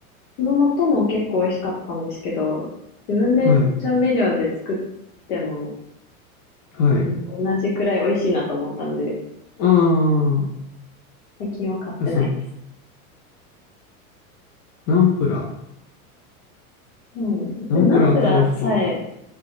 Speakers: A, on the left; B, on the left.
A: その素も結構美味しかったんですけど、自分で調味料で作っ
B: はい。
A: ても、
B: はい。
A: うん、同じくらい美味しいなと思ったんで、
B: あー
A: 最近は買ってないですね。
B: あ、そう、ナンプラー。
A: そうですね。
B: ナンプラー買う人は、
A: でもナンプラーさえ